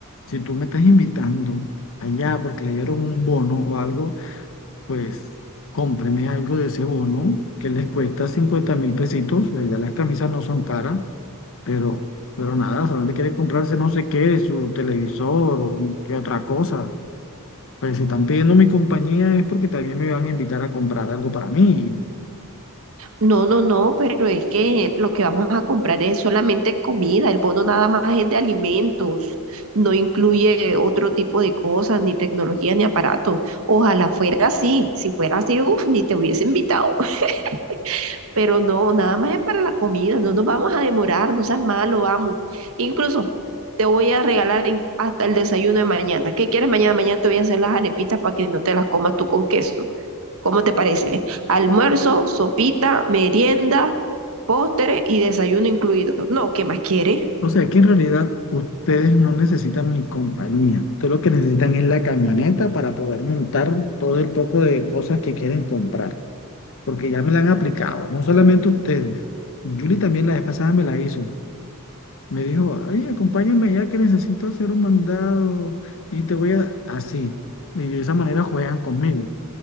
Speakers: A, on the left; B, on the right.
A: Si tú me estás invitando allá porque le dieron un bono o algo, pues cómpreme algo de ese bono que les cuesta 50 mil pesitos, pues ya las camisas no son caras. pero, pero nada, solamente quiere comprarse no sé qué, su televisor o qué otra cosa. Pues si están pidiendo mi compañía es porque también me van a invitar a comprar algo para mí.
B: No, no, no, pero es que lo que vamos a comprar es solamente comida, el bono nada más es de alimentos, no incluye otro tipo de cosas, ni tecnología, ni aparato. Ojalá fuera así, si fuera así, uff, ni te hubiese invitado, <laughs> pero no, nada más es para la comida, no nos vamos a demorar, no seas malo, vamos. Incluso te voy a regalar in- hasta el desayuno de mañana. ¿Qué quieres mañana? Mañana te voy a hacer las arepitas para que no te las comas tú con queso. ¿Cómo te parece? Almuerzo, sopita, merienda postre y desayuno incluido. No, ¿qué más quieres?
A: O sea que en realidad ustedes no necesitan mi compañía. Ustedes lo que necesitan es la camioneta para poder montar todo el poco de cosas que quieren comprar. Porque ya me la han aplicado. No solamente ustedes. Julie también la vez pasada me la hizo. Me dijo, oye, acompáñame ya que necesito hacer un mandado y te voy a... Así. Y de esa manera juegan conmigo.